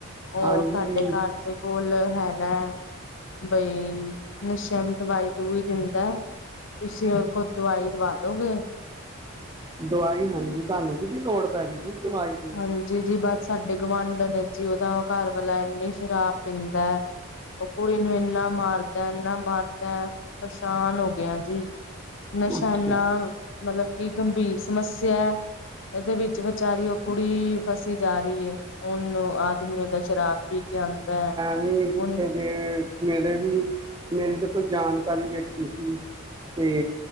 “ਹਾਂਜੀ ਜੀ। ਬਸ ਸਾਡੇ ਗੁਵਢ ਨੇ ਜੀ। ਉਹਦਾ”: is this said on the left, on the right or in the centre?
Left